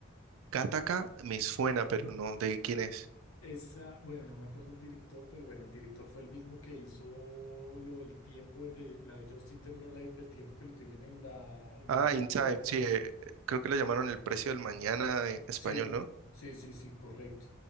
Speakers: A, on the right (about 75°); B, on the left (about 85°).
A: Gattaca me suena, pero no, ¿de quién es?
B: Esa, bueno, no me acuerdo el director, pero bueno, el director fue el mismo que hizo lo del tiempo, el de la de Justin Timberlake, del tiempo que lo tienen en la, en
A: Ah,
B: la, en
A: In Time,
B: la tierra.
A: sí, eh, eh, creo que lo llamaron El Precio del Mañana en español,
B: Sí,
A: ¿no?
B: sí, sí, sí, correcto.